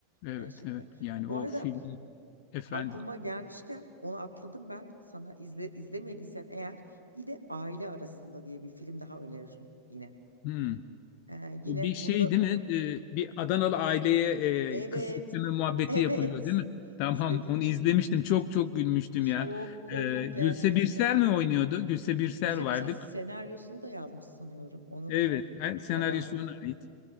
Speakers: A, on the left; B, on the left.
A: Evet,
B: gerçekten.
A: evet. Yani
B: Bu
A: o
B: arada
A: film efendim.
B: aklıma gelmişken onu atladım ben. Sana izle, izlemediysen eğer bir de Aile Arasında diye bir film daha öneririm yine.
A: Hmm.
B: Ee, yine
A: Bu bir şey
B: bunda
A: değil mi? Ee, bir Adanalı aileye
B: evet
A: e, kız isteme muhabbeti
B: <laughs> evet
A: yapılıyor değil mi? Tamam,
B: izledin
A: onu
B: mi?
A: izlemiştim. Çok çok gülmüştüm
B: Çok
A: ya.
B: komik
A: Ee, Gülse
B: gerçekten.
A: Birsel mi oynuyordu? Gülse Birsel
B: Güzel
A: var
B: güzel
A: değil
B: senaryosunu
A: mi?
B: da yazmış sanıyorum onun.
A: Evet, e, senaryosu
B: Ama
A: ona ait.